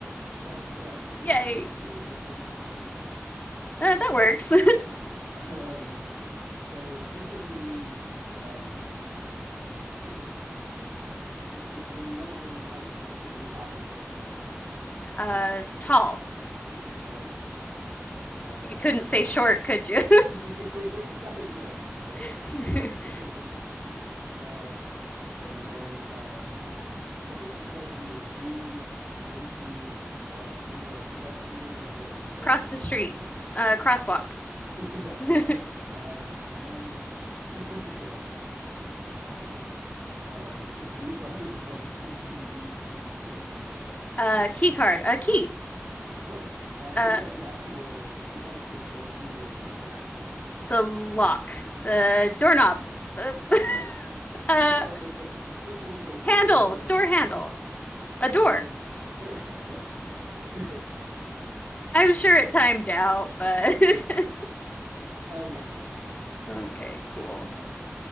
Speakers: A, on the right (about 75°); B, on the left (about 30°).
A: That is correct. I'm
B: Yay.
A: using. Am I doing it in a form of a question? I think that's good.
B: Uh, that works.
A: <laughs> um, so this would be. Um, let's see. It, it, when measuring height, this would be the opposite of small.
B: <laughs> Uh, tall.
A: There we go. All right.
B: You couldn't say
A: Um,
B: short, could
A: <laughs>
B: you?
A: yeah, yeah. I guess I
B: <laughs>
A: could. have. <laughs> um, and then, um, so this is what you would do once you are when you are a pedestrian and you are approaching
B: Cross the street.
A: a street. Yeah,
B: Uh, crosswalk.
A: cross. <laughs> yeah, crosses
B: <laughs>
A: it. Um, and then, <laughs> okay, not these are these feel very easy. Um, <laughs> these are devices you use to enter buildings.
B: Uh, key card. A key.
A: Close. Um,
B: Uh,
A: these are the actual devices that you would interact with.
B: the lock. The doorknob. Uh, <laughs>
A: Close.
B: uh,
A: These are the, the think a little bit bigger.
B: handle.
A: These are the
B: Door handle. A door.
A: your you, there we go door. <laughs>
B: I'm sure it timed out, but <laughs>
A: oh yeah yeah I just did.
B: okay, cool.
A: All right,